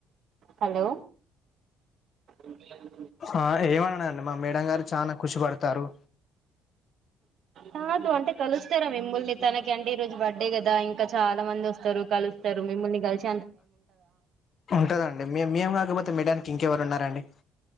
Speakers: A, on the right; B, on the left.
A: హలో సూపిలాన్
B: హా ఏమనడండి. మా మేడం గారు చానా ఖుషిపడతారు.
A: కాదు అంటే కలుస్తారా. మిమ్ముల్ని తనకి అంటే ఈ రోజు బర్త్డే కదా ఇంకా చాలా మంది వస్తారు కలుస్తర్ మిముల్ని గల్చి
B: ఉంటదండి మేమ్ మేము కాకపోతే మేడంకి ఇంకెవరు ఉన్నారండి.